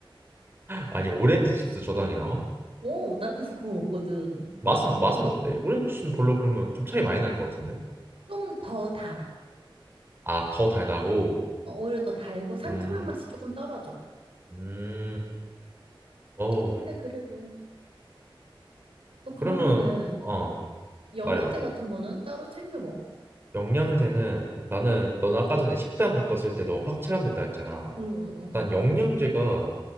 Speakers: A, on the right; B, on the right.
A: 아니 오렌지 주스 저당이 나와?
B: 오, 나 그래서 그거 먹거든.
A: 맛은 맛은 어때? 오렌지 주스는 별로
B: 어,
A: 그러면 좀 차이 많이 날 것 같은데.
B: 좀더 달아.
A: 아, 더 달다고?
B: 어, 오히려 더 달고 상큼한
A: 음.
B: 맛이 조금 떨어져.
A: 음. 어우.
B: 근데 그래도 또 그러면은
A: 그러면 어,
B: 영양제
A: 말해 봐.
B: 같은 거는 따로 챙겨 먹어?
A: 영양제는 나는 넌 아까 전에 식단 바꿨을 때도 확 체감됐다 했잖아.
B: 응응응응.
A: 난 영양제가